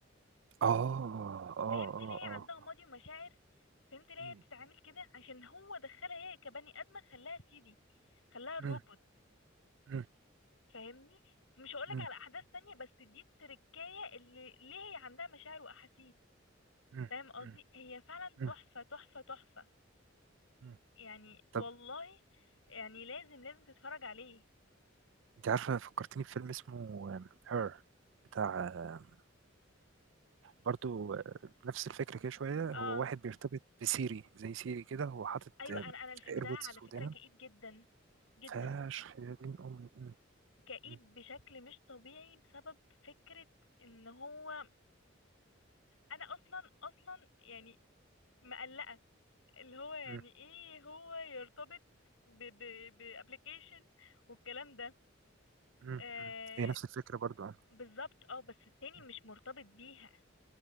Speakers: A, on the right (about 65°); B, on the left (about 85°).
A: آه، آه، آه،
B: فهمت ليه هي
A: آه، آه،
B: عندها ماضي ومشاعر فهمت ليه
A: إمم،
B: هي بتتعامل كده عشان هو دخلها هي كبني ادمه خلاها سيري خلاها الروبوت
A: إمم، إمم،
B: فاهمني مش هقولك
A: إمم،
B: على احداث تانية بس دي التركية اللي ليه هي عندها مشاعر واحاسيس
A: إمم،
B: فاهم قصدي
A: إمم،
B: هي فعلا
A: إمم،
B: تحفة تحفة تحفة
A: إمم،
B: يعني
A: طب
B: والله يعني لازم لازم تتفرج عليه
A: أنتِ عارفة فكّرتيني بفيلم اسمه Her بتاع آآ برضه نفس الفكرة كده شوية،
B: اه
A: هو واحد بيرتبط بسيري، زي سيري كده هو حاطط
B: ايوه
A: آمم
B: انا انا الفيلم
A: AirPods
B: ده على
A: في
B: فكرة
A: ودانه،
B: كئيب جدا جدا
A: فشخ يا دين أمي! إمم،
B: كئيب
A: إمم،
B: بشكل مش طبيعي بسبب فكرة ان هو انا اصلا اصلا يعني مقلقة اللي هو يعني
A: إمم،
B: ايه هو يرتبط ب ب بابليكيشن والكلام ده
A: إمم،
B: آه
A: إمم، هي نفس الفكرة برضه
B: بالظبط اه بس التاني
A: آه.
B: مش مرتبط بيها